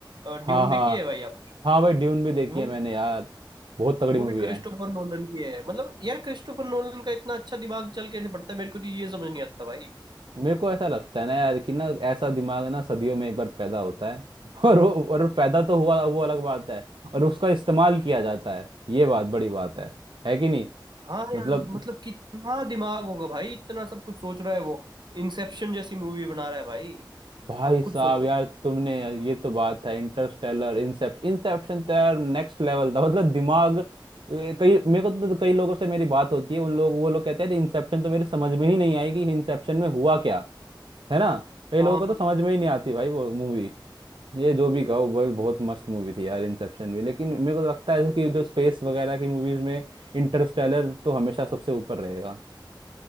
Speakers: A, on the right (about 80°); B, on the right (about 65°).
A: हाँ
B: ड्यून
A: हाँ
B: देखी है भाई आप
A: हाँ भाई ड्यून भी देखी
B: वो
A: है मैंने यार बहुत तगड़ी
B: वो
A: मूवी
B: भी क्रिस्टोफर
A: है
B: नोलन की है मतलब यार क्रिस्टोफर नोलन का इतना अच्छा दिमाग चल कैसे पड़ता है मेरे को तो ये समझ नहीं आता भाई
A: मेरे को ऐसा लगता है ना यार कि ना ऐसा दिमाग ना सदियों में एक बार पैदा होता है <laughs> और वो और वो पैदा तो हुआ वो अलग बात है और उसका इस्तेमाल किया जाता है ये बात बड़ी बात है है कि नहीं
B: हाँ
A: मतलब
B: यार मतलब कितना दिमाग होगा भाई इतना सब कुछ सोच रहा है वो इंसेप्शन जैसी मूवी बना रहा है भाई
A: भाई
B: अब
A: साहब
B: खुद सोचो
A: यार तुमने ये तो बात है इंटरस्टेलर इंसेप्शन इंसेप्शन तो यार नेक्स्ट लेवल था मतलब दिमाग ए, कई मेरे को तो तो कई लोगों से मेरी बात होती है उन लोग वो लोग कहते हैं इंसेप्शन तो मेरे समझ में ही नहीं आई कि इंसेप्शन में हुआ क्या है ना कई
B: हाँ
A: लोगों को तो समझ में ही नहीं आती भाई वो मूवी ये जो भी कहो वो बहुत मस्त मूवी थी यार इंसेप्शन भी लेकिन मेरे को तो लगता है कि जो स्पेस वगैरह की मूवीज में इंटरस्टेलर तो हमेशा सबसे ऊपर रहेगा